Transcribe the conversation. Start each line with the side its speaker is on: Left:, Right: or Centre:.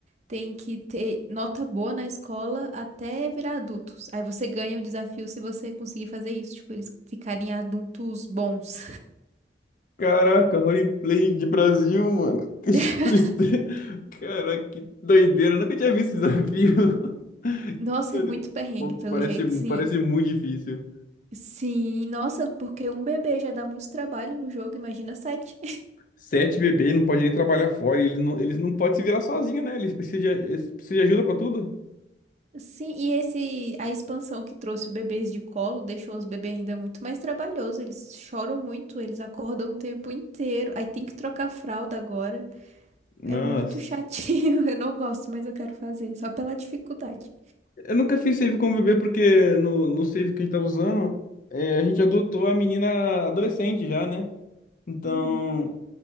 Right: tem que ter nota boa na escola até virar adultos. Aí você ganha o desafio se você conseguir fazer isso, tipo, eles ficarem adultos bons.
Left: caraca, roleplay de Brasil, mano. <laughs> Que
Right: <laughs>
Left: tristeza. Caraca, que doideira. Eu nunca tinha visto esse desafio. <laughs>
Right: Nossa,
Left: Que doideira.
Right: é muito perrengue,
Left: Pô,
Right: pelo
Left: Parece,
Right: jeito, sim.
Left: parece muito difícil.
Right: Sim, nossa, porque um bebê já dá muito trabalho no jogo, imagina sete.
Left: Sete bebês não pode nem trabalhar fora. E eles não, eles não podem se virar sozinhos, né? Eles precisam de, eles precisam de ajuda pra tudo.
Right: <laughs> Sim, e esse a expansão que trouxe bebês de colo deixou os bebês ainda muito mais trabalhoso. Eles choram muito, eles acordam o tempo inteiro. Aí tem que trocar a fralda agora.
Left: Nossa.
Right: É muito chatinho. <laughs> Eu não gosto, mas eu quero fazer, só pela dificuldade.
Left: Eu nunca fiz save com bebê porque no, no save que a gente tava usando, é, a gente adotou a menina adolescente já, né? Então,
Right: Uhum,